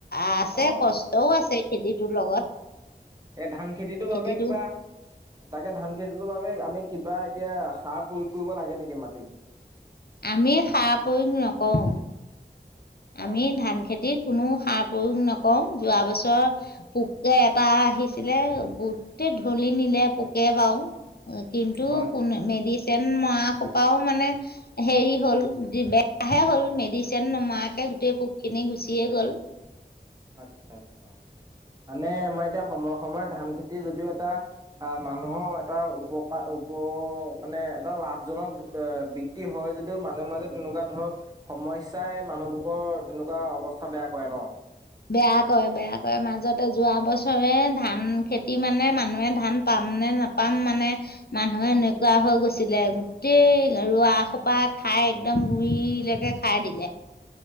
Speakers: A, on the left; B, on the right.
A: আছে
B: অ
A: কষ্টও আছে, খেতিটোৰ লগত।
B: এই ধান খেতিটোৰ বাবে
A: খেতিটো
B: কিবা তাকে ধান খেতিটোৰ বাবে আমি কিবা এতিয়া সাৰ প্ৰয়োগ কৰিব লাগে নেকি মাটিত?
A: আমি সাৰ প্ৰয়োগ নকওঁ। আমি
B: অ
A: ধান খেতিত কোনো সাৰ প্ৰয়োগ নকৰো যোৱা বছৰ পোকে এটা আহিছিলে গোটেই ঢলি নিলে পোকে বাৰু। কিন্তু
B: হয়
A: কোন মেড মৰা সোপাও মানে হ হল বে হে হল মেড তেন্নো মাকঘ গোটেই পোকখিনি গুচিয়ে গ'ল।
B: আচ্ছা-আচ্ছা মানে আমাৰ এতিয়া সময়ে-সময়ে ধান খেতি যদিও এটা আহ মানুহৰ এটা উপকাৰ উপ মানে এটা লাভজনক এ বৃত্তি হয় যদিও মাজে-মাজে তেনেকুৱা ধৰক সমস্যাই মানুহবোৰৰ তেনেকুৱা অৱস্থা বেয়া কৰে ন?
A: বেয়া কৰে-বেয়া কৰে। মাজতে যোৱা বছৰে ধান খেতি মানে মানুহে ধান পাম নে নাপাম মানে মানুহে এনেকুৱা হৈ গৈছিলে গোটেই ৰোৱা সোপা খাই একদম গুৰিলৈকে খাই দিলে।